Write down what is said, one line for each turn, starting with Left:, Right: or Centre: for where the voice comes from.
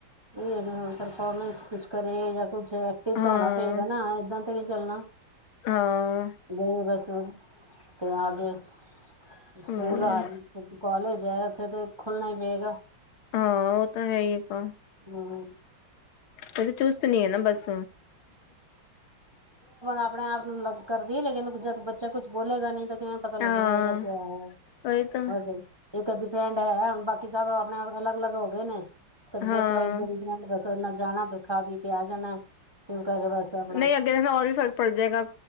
Right: ਇਹ ਪਰਫੋਰਮੈਂਸ ਕੁਛ ਕਰੇ ਜਾਂ ਕੁੱਝ ਐਕਟਿਵ
Left: ਹਾਂ,
Right: ਤਾਂ ਹੋਣਾ ਪਏਗਾ ਨਾ ਏਦਾਂ ਤੇ ਨੀ ਚੱਲਣਾ
Left: ਹਾਂ
Right: ਗਏ ਬਸ ਤੇ ਆ ਗ ਸਕੂਲ
Left: ਹੂੰ,
Right: ਆ ਕਾਲਜ ਉੱਥੇ ਤੇ ਖੁੱਲਣਾ ਹੀ ਪਏਗਾ
Left: ਹਾਂ ਉਹ ਤਾਂ ਹੈ ਇੱਕ ਹਾਂ
Right: ਹਮ
Left: ਕਦੇ ਚੂਤ ਨ ਇਹ ਨਾ ਬੱਸ
Right: ਆਪਣੇ ਆਪ ਨੂੰ ਲੱਗ ਕਰਦੀਏ ਲੇਿਨ ਜਦ ਬੱਚਾ ਕੁੱਛ ਬੋਲੇਗਾ ਨਹੀਂ ਤਾਂ ਕਿਵੇਂ ਪਤਾ ਲੱਗੇਗਾ
Left: ਹਾਂ
Right: ਯ ਕਿਆ
Left: ਉਹੀ ਤਾਂ
Right: ਹੈ ਇੱਕ ਅੱਧੀ ਫਰੈਂਡ ਹੈ ਹੁਣ ਬਾਕੀ ਸਭ ਆਪਣੇ ਅਲੱਗ ਅਲੱਗ ਹੋ ਗਏ ਨੇ ਸਬਜੈਕਟ
Left: ਹਾਂ
Right: ਵਾਈਜ਼ ਜਿੜ ਜਾਣਾ ਖਾ ਵੀੀ ਕੇ ਆ ਜਾਣਾ ਕੇ ਬਸ ਆਪਣਾ
Left: ਨਹੀਂ ਅੱਗੇ ਰਣਾ ਰ ਵੀ ਫ਼ਰਕ ਪੜ ਜਾਏਗਾ